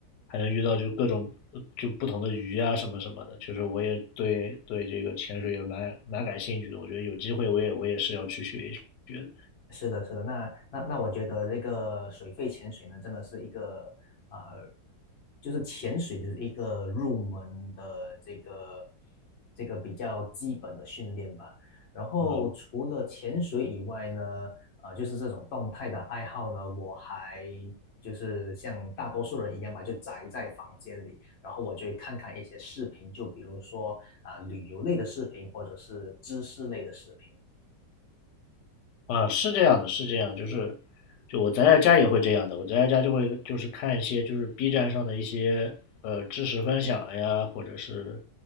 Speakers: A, on the left; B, on the left.
A: 还能遇到就各种呃就不同的鱼啊什么什么的，确实我也对对这个潜水也蛮蛮感兴趣的，我觉得有机会我也我也是要去学一学的，
B: 是的，是的，那那那，我觉得这个水肺潜水呢，真的是一个呃，就是潜水的一个入门的这个这个比较基本的训练吧。然后除了潜水以外呢，
A: 嗯。
B: 呃，就是这种动态的爱好呢，我还就是像大多数人一样吧，就宅在房间里，然后我就会看看一些视频，就比如说啊、旅游类的视频或者是知识类的视频。
A: 啊，是这样的，是这样，就是，就我宅在家也会这样的，我宅在家就会就是看一些就是 B 站上的一些呃知识分享呀，或者是